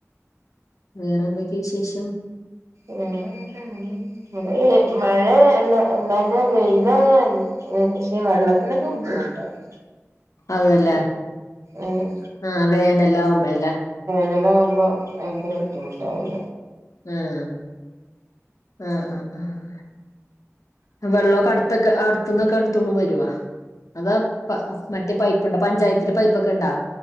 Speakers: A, on the left; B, on the right.
A: വേറെന്തൊക്കെയ വിശേഷം
B: വറെ എന്താ ഇവിടെ ഇവിടെ മഴ അല്ല എന്തായാലും വെയില ആവാണ് ഏ പക്ഷെ വെള്ളത്തിനൊക്കെ ബുദ്ധിമുട്ടാണ്
A: അതേല്ലേ
B: ഉം
A: ആ വേനല്ലാവുമ്പല്ലേ
B: അങ്ങനെ വരുമ്പോ ഭയങ്കര ബുദ്ധിമുട്ടാണ്
A: ആഹ് ആഹ് ആഹ് ആഹ് അ വെള്ളോക്കെ അടു ത്തൊക്കെ അടുത്തന്നൊക്കെ എടുത്തോണ്ട്‌ വരുവാ അതാ പ മറ്റേ പൈപ്പുണ്ടോ പഞ്ചായത്തിന്റെ പൈപ്പൊക്കെ ഇണ്ടോ